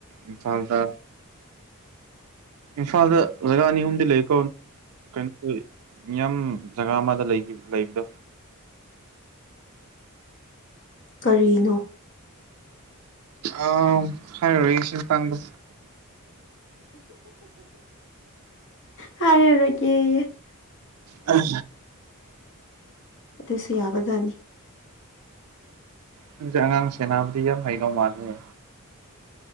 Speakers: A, on the right (about 85°); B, on the left (about 55°).
A: ꯏꯝꯐꯥꯜꯗ꯫ ꯏꯝꯐꯥꯜꯗ꯫ ꯅꯣꯏꯕꯥ ꯑꯅꯤ ꯑꯍꯨꯝꯗꯤ ꯂꯩꯀꯣ ꯀꯩꯅꯣ꯫ ꯃꯤꯌꯥꯝ ꯖꯒꯥ ꯑꯃꯗ ꯂꯩ ꯂꯩꯕꯗꯣ꯫
B: ꯀꯔꯤꯅꯣ꯫
A: ꯑ ꯍꯥꯏꯔ ꯑꯣꯏꯒꯦꯁꯤ ꯃꯥꯇꯥꯡꯗ꯫
B: ꯍꯥꯏꯔꯔꯣꯏ ꯒꯦꯌꯦ꯫
A: ꯑ꯫
B: ꯑꯗꯨꯁꯨ ꯌꯥꯕꯥ ꯖꯥꯠꯅꯤ꯫
A: ꯅꯪꯁꯦ ꯑꯉꯥꯡ ꯁꯦꯅꯥꯕꯗꯤ ꯌꯥꯝ ꯍꯩꯗꯣꯏ ꯃꯥꯜꯂꯦ꯫